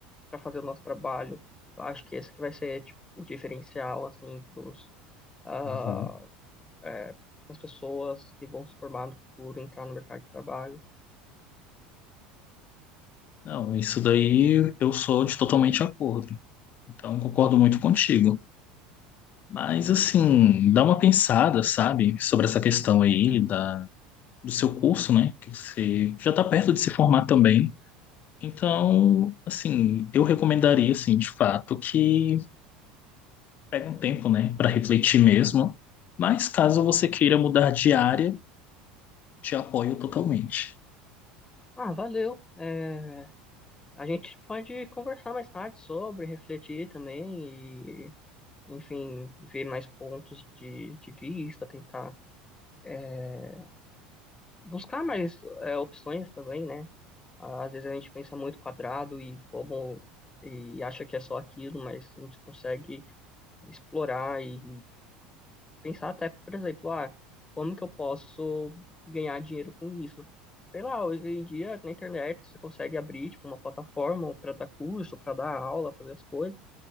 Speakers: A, on the left; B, on the left.
A: para fazer o nosso trabalho. Eu acho que esse que vai ser, tipo, o diferencial, assim, pros, ah,
B: Uhum.
A: é, as pessoas que vão se formar no futuro, entrar no mercado de trabalho.
B: Não, isso daí eu sou de totalmente acordo. Então, concordo muito contigo. Mas assim, dá uma pensada, sabe, sobre essa questão aí da, do seu curso, né? Que você já está perto de se formar também. Então, assim, eu recomendaria, assim, de fato, que pegue um tempo, né, para refletir mesmo. Mas caso você queira mudar de área, te apoio totalmente.
A: Ah, valeu. É, A gente pode conversar mais tarde sobre, refletir também e, enfim, ver mais pontos de, de vista, tentar é, buscar mais é, opções também, né? Às vezes a gente pensa muito quadrado e como e acha que é só aquilo, mas a gente consegue explorar e pensar até, por exemplo, ah, como que eu posso ganhar dinheiro com isso? Sei lá, hoje em dia na internet você consegue abrir tipo, uma plataforma para dar curso, para dar aula, fazer as coisas.